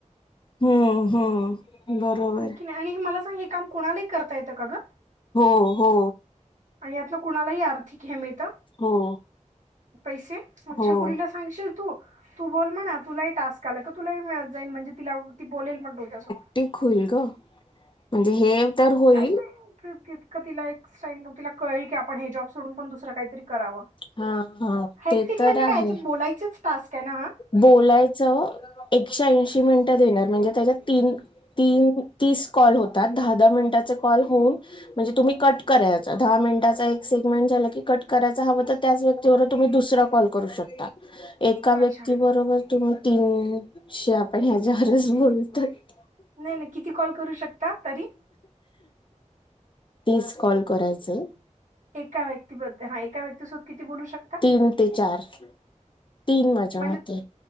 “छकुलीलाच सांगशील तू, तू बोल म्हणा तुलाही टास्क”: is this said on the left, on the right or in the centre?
Right